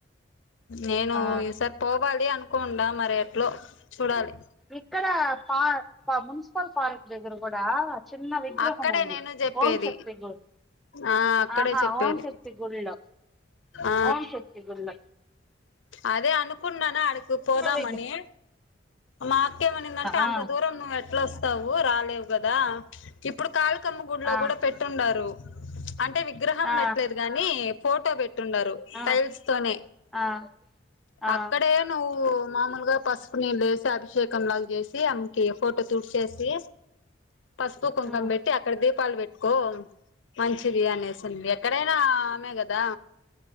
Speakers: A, on the left; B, in the centre.
A: నేను
B: ఆ
A: ఈసారి పోవాలి అనుకోండా మరి ఎట్లో చూడాలి
B: ఇక్కడ పా మున్సిపల్ ఫారెస్ట్ దగ్గర కూడా చిన్న విగ్రహం
A: అక్కడే
B: ఉంది
A: నేను చెప్పేది
B: ఓంశక్తి గు
A: ఆ అక్కడే
B: ఆహా
A: చెప్పేది
B: ఓం శక్తి గుళ్లు
A: ఆ
B: ఓం శక్తి గుళ్ళ
A: అదే అనుకున్నానా ఆడికి పోదామనీ
B: విగ్
A: మా అక్కేమనిందంటే
B: ఆ
A: అంత దూరం నువ్వు ఎట్లా వస్తావు రాలేవు కదా ఇప్పుడు కాలు అక్కమ్మ గుల్లో
B: ఆ
A: కూడా పెట్టుండారు. అంటే విగ్రహం
B: ఆ
A: పెట్టలేదు గాని ఫోటో పెట్ న్నారు
B: ఆ
A: టైల్స్ తోనే
B: ఆ ఆ
A: అక్కడే నువ్వు మామూలుగా పసుపు నీళ్ళు వేసి అభిషేకంలా చేసి ఆమెకి ఫోటో తుడ్చేసి పసుపు కుంకం
B: ఉమ్
A: పెట్టి అక్కడ దీపాలు పెట్ కో మంచిది అనేసింది ఎక్కడైనా ఆమె కదా